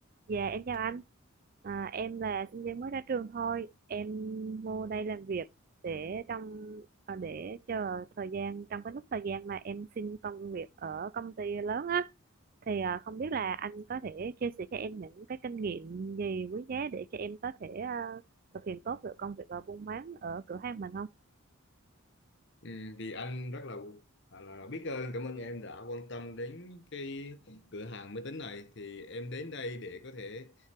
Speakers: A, on the right; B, on the left.
A: Dạ em chào anh à, em là sinh viên mới ra trường thôi em vô đây làm việc để trong à, để chờ thời gian trong cái lúc thời gian mà em xin công việc ở công ty lớn á thì à, không biết là anh có thể chia sẻ cho em những cái kinh nghiệm gì quý giá để cho em có thể à, thực hiện tốt được công việc ở buôn bán ở cửa hàng mình không?
B: Ừ, thì anh rất là, là, là biết ơn cảm ơn em đã quan tâm đến cái cửa hàng máy tính này thì em đến đây để có thể